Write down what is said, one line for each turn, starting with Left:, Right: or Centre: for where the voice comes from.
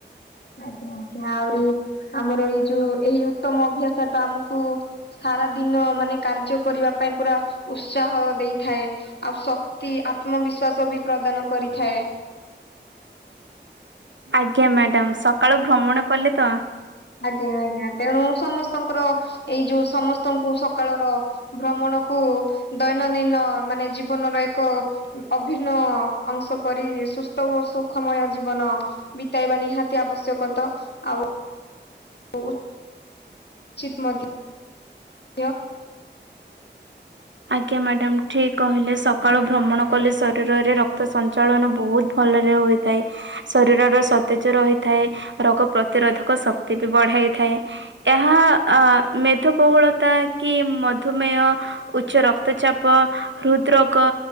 Left: ଆଜ୍ଞା ଆଜ୍ଞା ଆହୁରି ଆମର ଏଇ ଯୋଉ ଏହି ଉତ୍ତମ ଅଭ୍ୟାସ ଟା ଆମୁକୁ ସାରା ଦିନ ମାନେ କାର୍ଯ୍ୟ କରିବା ପାଇଁ ପୁରା ଉତ୍ସାହ ଦେଇଥାଏ। ଆଉ ଶକ୍ତି ଆତ୍ମବିଶ୍ଵାସ ବି ପ୍ରଦାନ କରିଥାଏ।
Right: ଆଜ୍ଞା ମାଡ଼ାମ ସକାଳୁ ଭ୍ରମଣ କଲେ ତ?
Left: ଆଜ୍ଞା ଆଜ୍ଞା ତେଣୁ ସମସ୍ତଙ୍କର ଏଇ ଯୋଉ ସମସ୍ତଙ୍କୁ ସକାଳର ଭ୍ରମଣ କୁ ଦୈନନ୍ଦିନ ମାନେ ଜୀବନରେ ଏକ ଅଭିର୍ନ୍ନ ଅଂଶ କରି ସୁସ୍ଥ ଓ ସୁଖମୟ ଜୀବନ ବିତେଇବା ନିହାତି ଆବଶ୍ୟକ ତ ଆଉ ଓ ଉଚିତ୍ ମଧ୍ୟ। ଧିୟ।
Right: ଆଜ୍ଞା ମାଡ଼ାମ୍ ଠିକ୍ କହିଲେ ସକାଳୁ ଭ୍ରମଣ କଲେ ଶରୀରରେ ରକ୍ତ ସଂ ଚାଳନ ବହୁତ ଭଲରେ ହୋଇଥାଏ ଶରୀରର ସତେଜ ରହିଥାଏ। ରୋଗ ପ୍ରତିରୋଧକ ଶକ୍ତି ବି ବଢ଼ାଇ ଥାଏ। ଏହା ଅ ମେଧବହୁଳତା କି ମଧୁମେଅ ଉଚ୍ଚ ରକ୍ତଚାପ ହୃଦ ରୋଗ